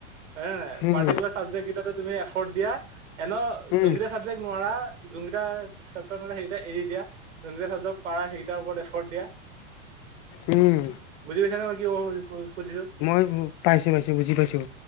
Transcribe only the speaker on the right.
হয় নে নাই
পাৰ্টিকুলাৰ চাবজেক্ট কেইটাতো তুমি এফৰ্ড দিয়া এনেও
যোনকেইটা চাবজেক্ট নোৱাৰা যোনকেইটা চেপ্তাৰ নোৱাৰা সেইকেইটা এৰি দিয়া যোনকেইটা চেপ্তাৰ পাৰা সেইকেইটাৰ ওপৰত এফৰ্ট দিয়া।
বুজি পাইছা নে মই কি খুজিছো